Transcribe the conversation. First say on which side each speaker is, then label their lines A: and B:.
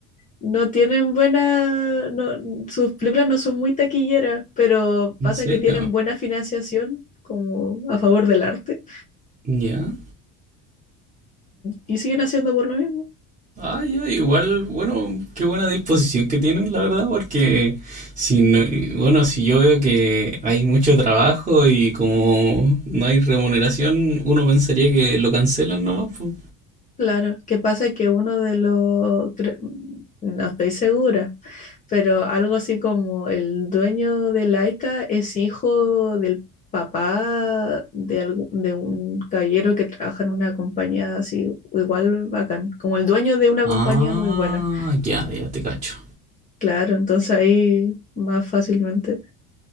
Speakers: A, on the left (about 20°); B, on the right (about 20°).
A: No tienen buena, no- sus películas no son muy taquilleras, pero
B: ¿En
A: pasa
B: serio?
A: que tienen buena financiación como a favor del arte
B: ¿Ya?
A: y siguen haciendo por lo mismo.
B: Ah, ya, igual, bueno, qué buena disposición que tienen, la verdad, porque si no, bueno, si yo veo que hay mucho trabajo y como no hay remuneración, uno pensaría que lo cancelan nomás, po.
A: Claro, que pasa que uno de los, cre- no estoy segura, pero algo así como el dueño de Laika es hijo del papá de, algu- de un caballero que trabaja en una compañía así, igual bacán, como el dueño de una
B: Ah,
A: compañía muy buena.
B: ya, ya te cacho.
A: Claro, entonces ahí más fácilmente.